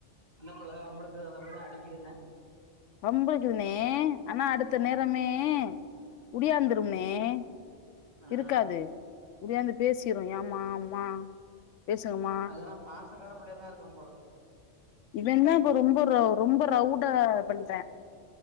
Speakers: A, on the right (about 35°); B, on the left (about 85°).
A: அந்த பிள்ளேதான் வம்பளுக்குறது அந்தபிள்ளேதான் அடிக்குதுன்னே
B: அம்பது இருனே ஆனா அடுத்த
A: ம்
B: நேரமே ஓடியாந்து மே <inaudible>
A: ஆ
B: இருக்காது ஓடியாந்து பேசிரோம் ஏமா அம்மா பேசுங்கம்மா
A: அதுனா பாசக்காரப் புள்ளையா தான் இருப்பான் போல
B: இவன்னா இ ரொம்ப ர ரொம்ப ரவுட் டா பண்ணதான் <unintelligible>